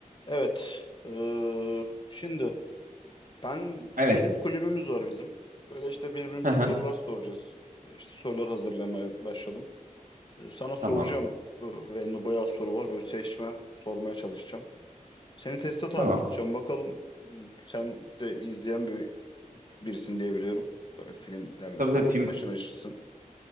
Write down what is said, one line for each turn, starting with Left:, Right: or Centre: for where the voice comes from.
Left: Evet. Ee, şimdi ben
Right: Evet.
Left: film kulübümüz var bizim. Böyle işte birbirimize
Right: Hı hı.
Left: sorular soracağız. Ee, İşte sorular hazırlamaya başladım. Ee, sana soracağım.
Right: Tamam.
Left: Ee, elimde bayağı soru var. Böyle seçme sormaya çalışacağım. Seni teste tabi
Right: Tamam.
Left: tutacağım. Bakalım hmm, sen de izleyen bir birisin diye biliyorum. Böyle filmlerle
Right: Tabii
Left: falan
Right: tabii film
Left: haşır neşirsin.